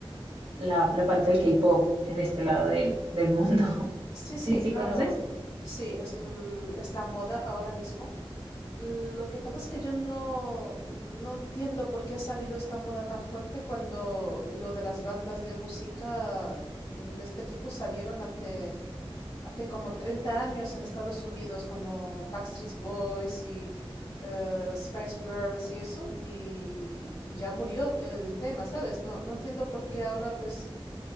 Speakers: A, on the right (about 80°); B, on the left (about 50°).
A: la, la parte del K-pop en este lado del, del mundo. <laughs>
B: Sí, sí,
A: Sí, sí,
B: claro.
A: ¿conoces?
B: Sí, es, l- es la moda ahora mismo. Lo que pasa es que yo no, no entiendo por qué ha salido esta moda tan fuerte cuando lo de las bandas de música mm, de este tipo salieron hace, hace como 30 años en Estados Unidos, como Backstreet Boys y eh, Spice Girls y eso, y, y ya murió el tema, ¿sabes? No, no entiendo por qué ahora pues